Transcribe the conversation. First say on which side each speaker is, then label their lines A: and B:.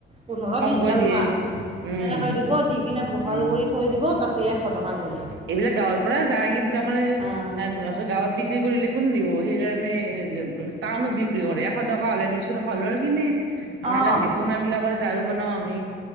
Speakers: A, on the right; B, on the right.
A: পোন্ধৰ
B: কমকৈ
A: বিশডাল
B: দিয়ে
A: মান তেনেকৈ
B: উম
A: দিব দি কিনে বহাল
B: উম
A: কৰি থৈ দিব তাতে এশ টকা কৰি
B: এইবিলাক গাওঁৰ পৰা যায় কিন্তু আমাৰ
A: অঁ
B: ধৰা গাঁওত বিক্ৰী কৰিলে কোন নিব সেইকাৰণে টাউনত বিক্ৰী কৰে এশ টকা হ'লে দুইশ টকা হ'লে কিনে। আমাৰ
A: অঁ
B: এ তাত ঢেকোনা বিলাকৰ ঝাৰু বনাও আমি।